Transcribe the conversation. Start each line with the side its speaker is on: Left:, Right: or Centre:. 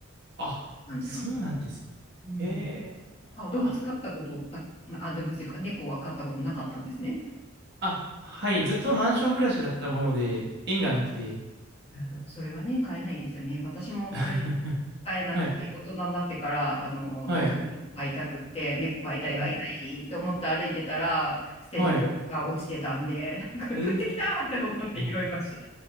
Right: あ、
Left: 感じなんで。
Right: そうなんです。
Left: うん。
Right: へえ。
Left: あ、
Right: あ、
Left: 動物飼ったことな、あ、動物っていうか猫は飼ったことなかったんですね。
Right: あ、はい。ずっとマンション暮らしだったもので、縁がなくて。
Left: なるほど。それはね、買えないですよね。私もそれで
Right: <laughs>
Left: 買えなくて、
Right: はい。
Left: 大人になってから、あの、
Right: はい。
Left: どうしても猫飼いたくって、猫飼いたい、
Right: お、
Left: 飼いたいって思って歩いてたら、捨て猫が落ちてたんで、
Right: はい。
Left: なんか降ってきたって思って拾いました。
Right: おー。